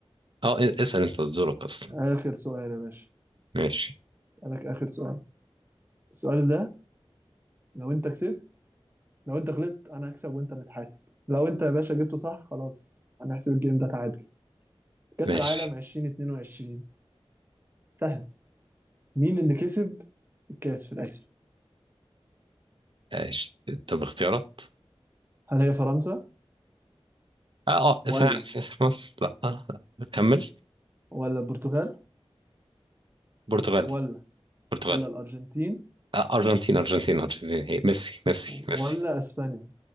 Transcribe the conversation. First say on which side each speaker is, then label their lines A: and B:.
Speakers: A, on the right (about 55°); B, on the right (about 20°).
A: آه، آه، اسال انت دورك اصلا
B: اخر سؤال يا باشا
A: ماشي
B: لك اخر سؤال السؤال ده لو انت كسبت لو انت غلطت انا هكسب وانت اللي تحاسب لو انت يا باشا جبته صح خلاص هنحسب الجيم ده تعادل كأس
A: ماشي
B: العالم 2022 سهل مين اللي كسب الكأس في الآخر
A: ماشي طب اختيارات
B: هل هي فرنسا
A: اه اه
B: ولا
A: اسمها اسمها مصر لا آه. لا. كمل
B: ولا البرتغال
A: برتغال
B: ولا
A: برتغال
B: ولا الأرجنتين
A: آه ارجنتين ارجنتين ارجنتين هي ميسي ميسي ميسي
B: ولا أسبانيا